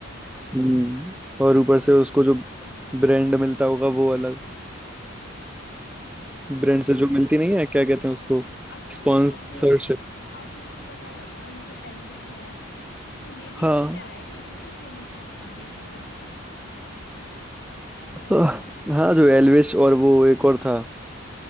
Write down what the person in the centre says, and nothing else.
हम्म
और ऊपर से उसको जो
ब्रांड मिलता होगा वो अलग
ब्रांड
से
जो मिलती नहीं है क्या कहते हैं उसको
स्पॉन्सरशिप
हाँ
आह, हाँ जो एलविश और वो एक और था